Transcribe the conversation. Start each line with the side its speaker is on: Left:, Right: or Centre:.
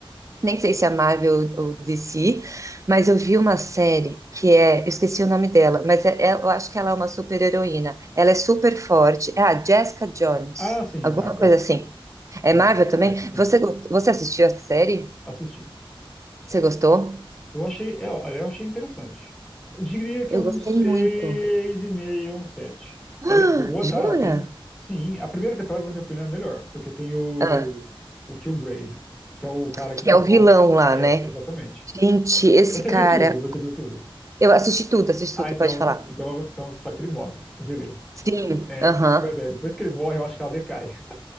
Right: Nem sei se é Marvel ou DC, mas eu vi uma série que é. Eu esqueci o nome dela, mas é- é- eu acho que ela é uma super-heroína. Ela é super forte. É a Jessica Jones,
Centre: Ah, sim,
Right: alguma
Centre: é Marvel.
Right: coisa assim. É
Centre: É,
Right: Marvel
Centre: Marvel.
Right: também?
Centre: É, sim,
Right: Você, go- você assistiu a série?
Centre: assisti.
Right: Você gostou?
Centre: Eu achei, eu, olha, eu achei interessante. Eu diria que
Right: Eu
Centre: é um
Right: gostei
Centre: seis
Right: muito.
Centre: e meio um 7.
Right: <gasps>
Centre: Ela
Right: Ah,
Centre: é boa,
Right: jura?
Centre: tá? Ela tem. Sim, a primeira temporada, na minha opinião, é melhor, porque tem o,
Right: Ah,
Centre: o Killgrave, que é o cara que
Right: que
Centre: controla
Right: é o vilão
Centre: as.
Right: lá,
Centre: É,
Right: né?
Centre: exatamente.
Right: Gente, esse
Centre: Você
Right: cara.
Centre: viu tudo? Você viu tudo?
Right: Eu assisti tudo, assisti
Centre: Ah,
Right: tudo,
Centre: então,
Right: pode falar.
Centre: não- então, então só que ele morre. Beleza.
Right: Sim,
Centre: É,
Right: aham.
Centre: é, pois é, depois que ele morre, eu acho que ela decai.